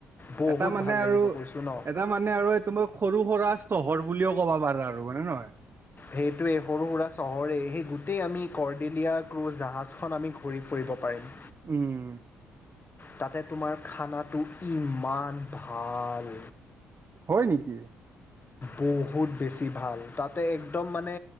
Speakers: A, on the left; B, on the right.
A: বহুত
B: এটা মানে
A: ভাল লাগিব
B: আৰু,
A: কৈছোঁ ন
B: এটা মানে আৰু তোমাৰ সৰু সুৰা চহৰ বুলিও ক'বা পাৰা আৰু মানে নহয়।
A: সেইটোৱে সৰু সুৰা চহৰেই। সেই গোটেই আমি কৰৰ্ডিলীয়া ক্ৰুজ জাহাজখন আমি ঘূৰি ফুৰিব পাৰিম।
B: উম।
A: তাতে তোমাৰ খানাটো ইমান ভাল।
B: হয় নেকি?
A: বহুত বেছি ভাল। তাতে একদম মানে